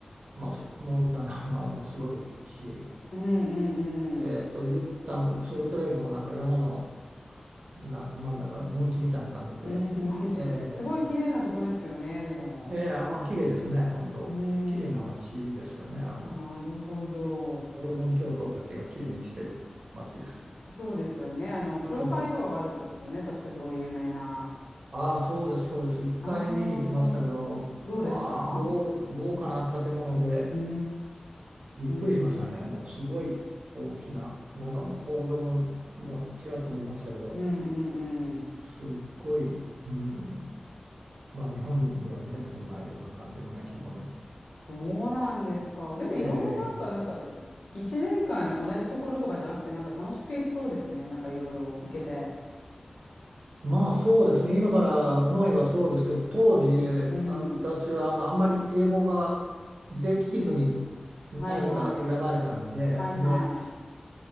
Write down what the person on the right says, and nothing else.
う、まあ、そモンタナももうすごいし、
えーと、
ユッタもソルトレイクもなんか山のな真ん中、盆地みたいな感じで、
え
え、ええ、あ、まあ、綺麗ですね、本当。
綺麗な街ですよね。
あの、
ホルモン教徒たちが綺麗にしてる街です。
うん。
ああ、そうです、そうです。一回見に行きましたけど、
まあ、豪、豪華な建物で
びっくりしましたね。
もうすごい大きな、中もう講堂もちらっと見ましたけど、
すっごい、うん、まあ、日本では見たことないような感じのね、規模の。
ええ、
ええ
まあそうですね、今から思えばそうですけど、当時、
私はあの、あんまり英語ができずに
なぜか選ばれたので、
で、